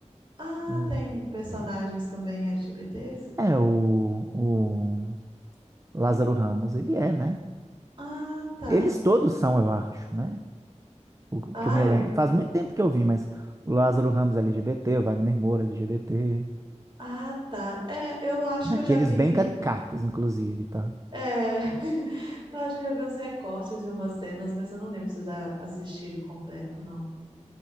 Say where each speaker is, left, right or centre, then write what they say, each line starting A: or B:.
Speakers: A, on the right (about 40°); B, on the right (about 25°).
A: Ah,
B: o-
A: tem personagens também LGBTs?
B: É, o, o Lázaro Ramos, ele é, né?
A: Ah, tá.
B: Eles todos são, eu acho, né? O que
A: Ah,
B: eu me lembro.
A: eu.
B: Faz muito tempo que eu vi, mas o Lázaro Ramos é LGBT, o Wagner Moura é LGBT.
A: Ah, tá. É, eu acho
B: Daqueles
A: que eu já vi.
B: bem caricatos, inclusive, tá?
A: É, <laughs> eu acho que já vi os recortes de umas cenas, mas eu não lembro se eu já assisti ele completo, não.